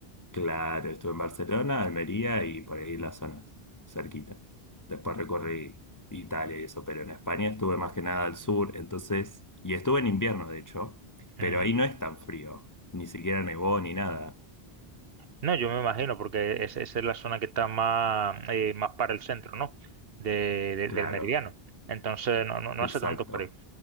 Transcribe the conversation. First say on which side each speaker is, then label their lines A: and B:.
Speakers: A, on the left (about 25°); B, on the right (about 70°).
A: claro, estuve en Barcelona, Almería y por ahí las zonas cerquita. Después recorrí Italia y eso, pero en España estuve más que nada al sur, entonces, y estuve en invierno, de hecho,
B: Ujú.
A: pero ahí no es tan frío, ni siquiera nevó ni nada.
B: No, yo me imagino, porque es- esa es la zona que está más, eh, más para el centro, ¿no? De, de-
A: Claro,
B: del meridiano. Entonces, no, no, no
A: exacto.
B: hace tanto frío.